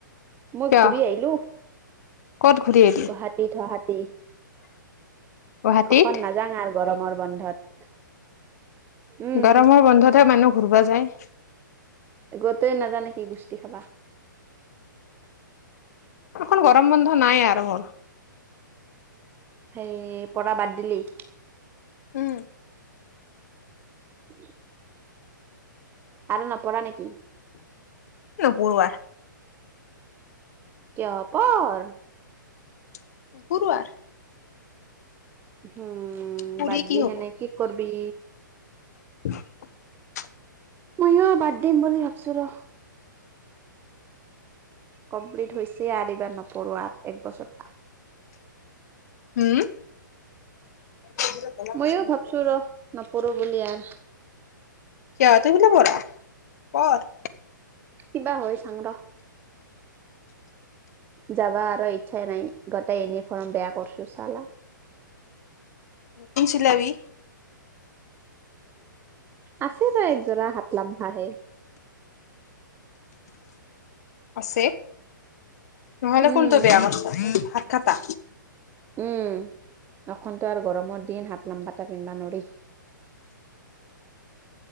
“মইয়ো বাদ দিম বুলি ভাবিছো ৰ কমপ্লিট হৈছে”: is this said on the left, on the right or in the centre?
Right